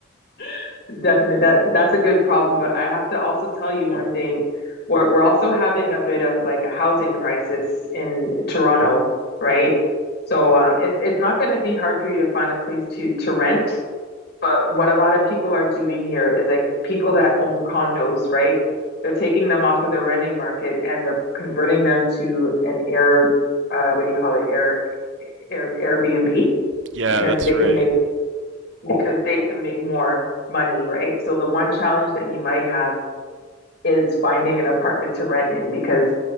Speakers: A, on the left; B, on the right.
A: <laughs> definitely. That that's a good problem, but I have to also tell you one thing. We're we're also having a bit of like a housing crisis in Toronto, right? So um, it's it's not going to be hard for you to find a place to to rent. But what a lot of people are doing here is like people that own condos, right? They're taking them off of the renting market and they're converting them to an air, uh, what do you call it? Air, air Airbnb
B: Yeah,
A: because
B: that's
A: they
B: right.
A: can make because they can make more money, right? So the one challenge that you might have is finding an apartment to rent in because